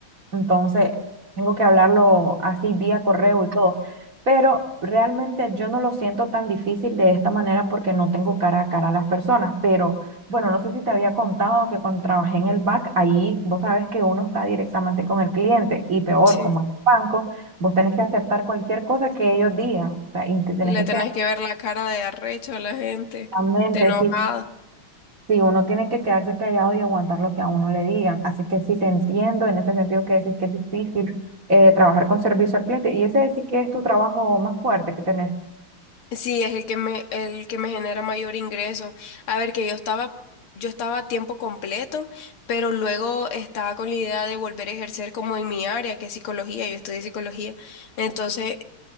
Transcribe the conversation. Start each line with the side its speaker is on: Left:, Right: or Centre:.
Right: Entonces, tengo que hablarlo así vía correo y todo. Pero realmente yo no lo siento tan difícil de esta manera porque no tengo cara a cara a las personas. Pero bueno, no sé si te había contado que cuando trabajé en el back, ahí vos sabes que uno está directamente con el cliente y peor,
Left: sí.
Right: como en el banco, vos tenés que aceptar cualquier cosa que ellos digan. O sea, y te tenés
Left: Le
Right: que
Left: tenés
Right: quedar
Left: que ver la cara de arrecho a la gente,
Right: realmente,
Left: de enojado.
Right: Sí, uno tiene que quedarse callado y aguantar lo que a uno le digan. Así que sí te entiendo en ese sentido que decís que es difícil eh, trabajar con servicio al cliente. Y ese decís que es tu trabajo más fuerte que tenés.
Left: Sí, es el que me, el que me genera mayor ingreso. A ver, que yo estaba, yo estaba a tiempo completo, pero luego estaba con la idea de volver a ejercer como en mi área, que es psicología, yo estudié psicología. Entonces,